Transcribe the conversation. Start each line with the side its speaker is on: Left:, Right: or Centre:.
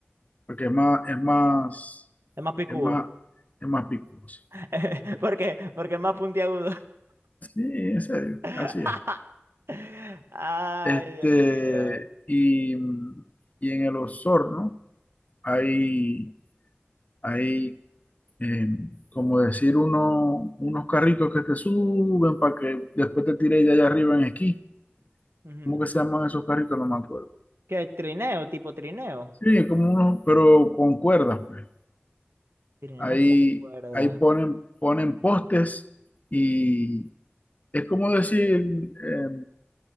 Left: porque es más, es más,
Right: Es más picudo.
Left: es más, es más picudoso.
Right: <laughs> Porque, porque es más puntiagudo.
Left: Sí, en serio,
Right: <laughs>
Left: así es.
Right: Ay,
Left: Este,
Right: Dios mío.
Left: y, y en el Osorno hay, hay eh, como decir, uno, unos carritos que te suben para que después te tires de allá arriba en esquí.
Right: Ujú.
Left: ¿Cómo que se llaman esos carritos? No me acuerdo.
Right: ¿Qué? Trineo, tipo trineo.
Left: Sí, como unos, pero con cuerdas, pues.
Right: Trineo
Left: Ahí,
Right: con cuerda.
Left: ahí ponen, ponen postes y, Es como decir, eh,